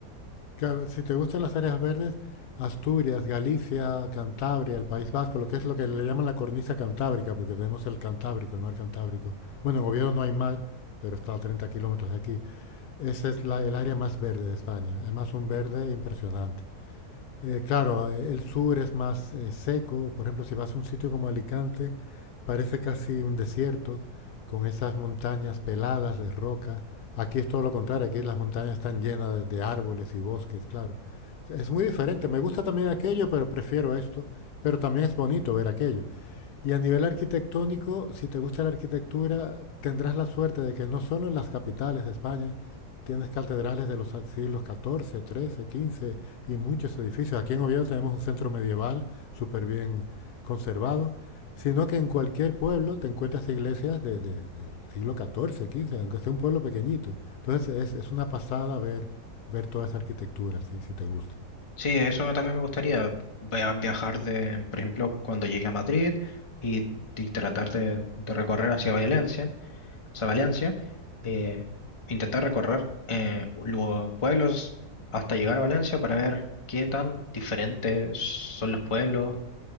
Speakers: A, on the left; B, on the left.
A: Claro, si te gustan las áreas verdes, Asturias, Galicia, Cantabria, el País Vasco, lo que es lo que le llaman la cornisa cantábrica, porque tenemos el Cantábrico, el mar Cantábrico. Bueno, en Oviedo no hay mar, pero está a 30 kilómetros de aquí. Ese es la, el área más verde de España. Además, un verde impresionante. Eh, claro, eh, el sur es más eh, seco. Por ejemplo, si vas a un sitio como Alicante, parece casi un desierto con esas montañas peladas de roca. Aquí es todo lo contrario, aquí las montañas están llenas de, de árboles y bosques, claro. Es muy diferente. Me gusta también aquello, pero prefiero esto. Pero también es bonito ver aquello. Y a nivel arquitectónico, si te gusta la arquitectura, tendrás la suerte de que no solo en las capitales de España tienes catedrales de los siglos XIV, XIII, XV y muchos edificios. Aquí en Oviedo tenemos un centro medieval súper bien conservado, sino que en cualquier pueblo te encuentras iglesias de- de- del siglo XIV, XV, aunque sea un pueblo pequeñito. Entonces es, es una pasada ver, ver toda esa arquitectura, si, si te gusta.
B: Sí, eso me- también me gustaría via- viajar de, por ejemplo, cuando llegue a Madrid y, y tratar de, de recorrer hacia Valencia, hacia Valencia, eh, intentar recorrer eh, los pueblos hasta llegar a Valencia para ver qué tan diferentes son los pueblos